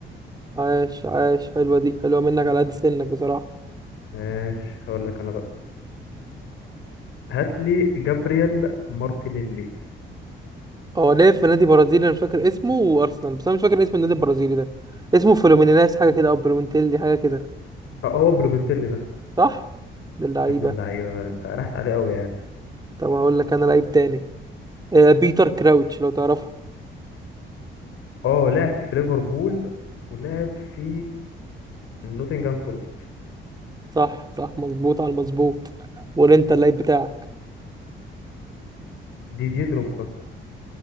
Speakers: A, on the right; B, on the left.
A: عاش عاش حلوة دي حلوة منك على قد سنك بصراحة
B: ماشي هقول لك انا بقى هات لي جابرييل مارتينيلي
A: هو لعب في نادي برازيلي انا مش فاكر اسمه وارسنال بس انا مش فاكر اسم النادي البرازيلي ده اسمه فلومينيناس حاجة كده او بلومنتيلي حاجة كده
B: اه هو بلومنتيلي ده
A: صح ده اللعيبة
B: يا ابن اللعيبه انت رحت عليه قوي يعني
A: طب هقول لك انا لعيب تاني آه بيتر كراوتش لو تعرفه
B: اه لعب في ليفربول ولعب في نوتنجهام فورست
A: صح صح مظبوط على المظبوط ولا انت اللعيب بتاعك
B: ديدي دروجبا